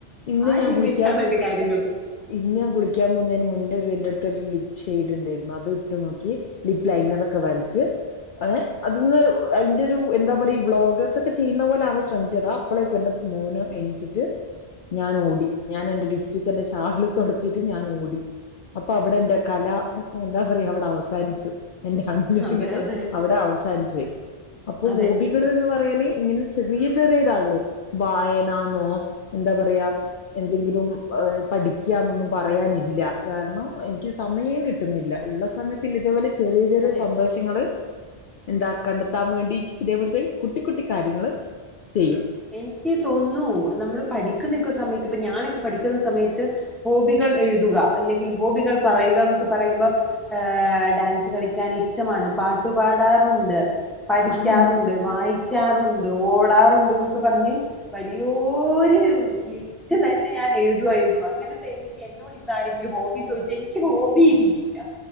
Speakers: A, on the left; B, in the centre.
A: ഇന്ന്
B: ആ
A: ഞാൻ
B: രീതിക്കാണ്
A: കുളിക്കാം
B: എന്റെ കാര്യങ്ങള്
A: ഇന്ന് ഞാൻ കുളിക്കാൻ പോകുന്നതിന് മുൻപേ ഒരു എന്റെ എടുത്തൊരു ലിപ് ഷെയ്ഡ് ഉണ്ടായിരുന്നു അത് ഇട്ട് നോക്കി ലിപ് ലൈനറൊക്കെ വരച്ച് അതെ അതൊന്ന് അയിന്റെ ഒരു എന്താ പറയാ ഈ ബ്ളോഗേഴ്സ് ഒക്കെ ചെയ്യുന്ന പോലെ അവാൻ ശ്രമിച്ചതാ അപ്പളേക്ക് എന്റെ മോന് എണീറ്റിട്ട് ഞാൻ ഓടി ഞാൻ എന്റെ ലിപ്സ്റ്റിക് എന്റെ ഷാളിൽ തുടച്ചിട്ട് ഞാൻ ഓടി അപ്പൊ അവിടെ എന്റെ കല എന്താ പറയാ അവിടെ അവസാനിച്ചു എന്റെ അണിഞ്ഞൊരുങ്ങല്
B: അതെ അതെ
A: അവിടെ അവസാനിച്ചു പോയി അപ്പൊ
B: അതെ
A: ഹോബി കള് എന്ന് പറയന് ഇങ്ങനെ ചെറിയ ചെറിയതേ ഉള്ളൂ വായനാന്നോ എന്താ പറയാ എന്തെങ്കിലും പഠിക്കുകാന്നൊന്നും പറയാനില്ല കാരണം എനിക്ക് സമയം കി ട്ടുന്നില്ല ഉള്ള സമയത്ത്‌ ഇതേ പോലെ ചെറിയ ചെറിയ
B: അതെ
A: സന്തോഷം റ്റങ്ങള് എന്താ കണ്ടെത്താൻ വേണ്ടി ഇതേപോലത്തെ കുട്ടി കുട്ടി കാര്യങ്ങള് ചെയ്യും
B: എനിക്ക് തോന്നുന്നു നമ്മള് പഠിക്കുന്നൊക്കെ സമയത്ത് ഇപ്പൊ ഞാനൊക്കെ പഠിക്കുന്ന സമയത്ത് ഹോബികൾ എഴുതുക അല്ലെങ്കിൽ ഹോബികൾ പറയുക എന്നൊക്കെ പറയുമ്പോ ഏഹ് ഡാൻസ് കളിക്കാൻ ഇഷ്ടമാണ് പാട്ടു പാടാറുണ്ട് പഠിക്കാറുണ്ട്
A: അന്ന്
B: വായിക്കാറുണ്ട് ഓടാറുണ്ടൊ ന്നൊക്കെ പറഞ്ഞ് വലിയോരു <unintelligible> തന്നെ ഞാൻ എഴുതുവായിരുന്നു അങ്ങനത്തെ എനിക്ക് എന്നോ ട് ഇന്ന് ആരെങ്കിലും ഹോബി ചോദിച്ചാ എനിക്ക് ഹോബി ഇല്ല